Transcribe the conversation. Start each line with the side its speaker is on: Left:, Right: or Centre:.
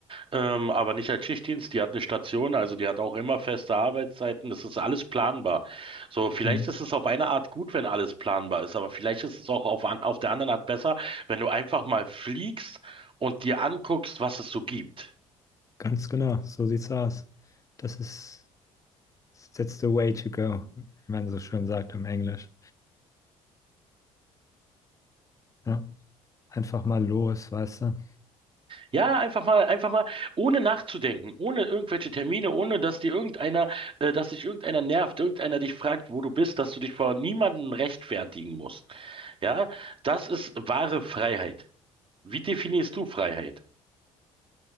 Right: ähm, aber nicht als Schichtdienst. Die hat eine Station, also die hat auch immer feste Arbeitszeiten. Das ist alles planbar. So, vielleicht
Left: Hm.
Right: ist es auf eine Art gut, wenn alles planbar ist, aber vielleicht ist es auch auf, an- auf der anderen Art besser, wenn du einfach mal fliegst und dir anguckst, was es so gibt.
Left: Ganz genau, so sieht's aus. Das ist, that's the way to go, wie man so schön sagt im Englisch. Ja. einfach mal los, weißt du?
Right: Ja, einfach mal, einfach mal, ohne nachzudenken, ohne irgendwelche Termine, ohne dass dir irgendeiner, äh, dass dich irgendeiner nervt, irgendeiner dich fragt, wo du bist, dass du dich vor niemandem rechtfertigen musst. Ja, das ist wahre Freiheit. Wie definierst du Freiheit?